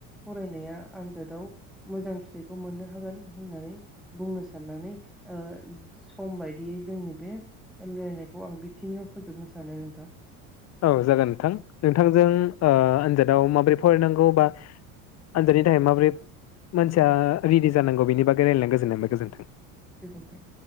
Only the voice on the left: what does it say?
औ जागोन नोंथां नोंथांजों ओ आनजादाव माबोरै फरायनांगौ बा आनजादनि थाखाय माबोरै मानसिया रेडि जानांगौ बेनि बागै रायलायनाय गोजोननाय मोनबाय गोजोन्थों